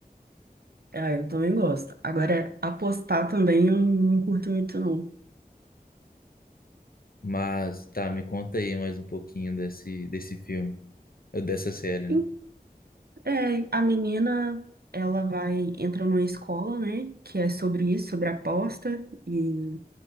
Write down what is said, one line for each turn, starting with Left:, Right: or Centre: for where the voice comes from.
Right: Ah, eu também gosto. Agora, apostar também eu não curto muito, não.
Left: Mas tá, me conta aí mais um pouquinho desse desse filme, ou dessa série, né?
Right: E- É, a menina, ela vai, entra numa escola, né, que é sobre isso, sobre aposta e,